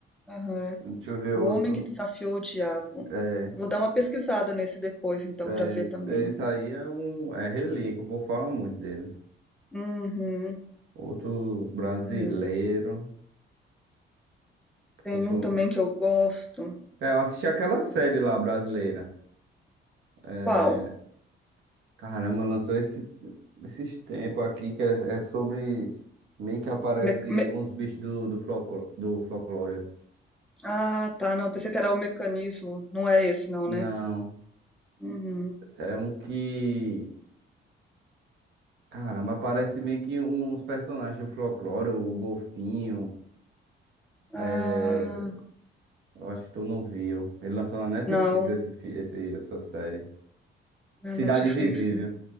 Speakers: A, in the centre; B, on the right.
A: Aham.
B: Deixa eu ver
A: O
B: outro.
A: Homem que Desafiou o Diabo.
B: É,
A: Eu vou dar uma pesquisada nesse depois, então,
B: é,
A: pra ver
B: esse,
A: também.
B: é, esse aí é um, é relíquia, o povo fala muito dele.
A: Uhum.
B: Outro brasileiro,
A: uhum. Tem
B: que eu sou,
A: um também que eu gosto.
B: É, eu assisti aquela série lá brasileira. É,
A: Qual?
B: caramba, lançou esse, esses tempos aqui que é, é sobre meio que aparece
A: Me- me-
B: uns bichos do, do, folclo- do folclore.
A: Ah, tá, não. Pensei que era o mecanismo. Não é esse, não,
B: Não,
A: né? Uhum.
B: é um que. Caramba, aparece meio que uns personagens do folclore, o Golfinho.
A: Ah,
B: É, eu acho que tu não viu. Ele lançou na Netflix
A: não.
B: esse, fi- esse, essa série.
A: Na
B: Cidade
A: Netflix.
B: Invisível.